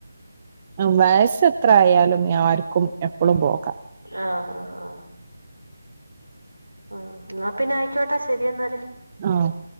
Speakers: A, on the right; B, on the right.
A: വയസ്സ് എത്ര ആയാലും ആർക്കും എപ്പളും പോകാം
B: ആഹ് ആഹ് ആഹ് ആഹ് ന്നാ പിന്നെ ആയിക്കോട്ടെ ശരി എന്നാൽ
A: ആഹ്